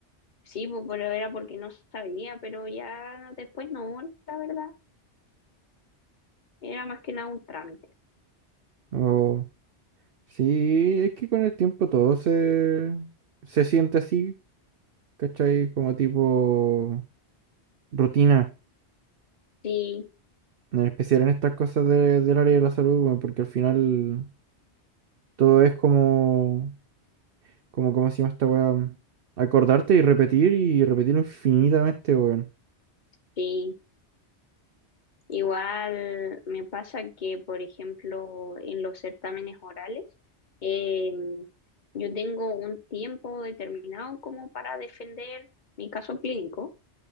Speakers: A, on the left; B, on the right.
A: sí, po, pero era porque no sabía, pero ya después no, la verdad, era más que nada un trámite.
B: O sí, es que con el tiempo todo se, se siente así, ¿cachai? Como tipo rutina,
A: Sí,
B: en especial en estas cosas de- del área de la salud, bueno, porque al final todo es como... Como, ¿cómo se llama esta weá? Acordarte y repetir y repetirlo infinitamente, weón.
A: sí. Igual me pasa que, por ejemplo, en los certámenes orales, eh, yo tengo un tiempo determinado como para defender mi caso clínico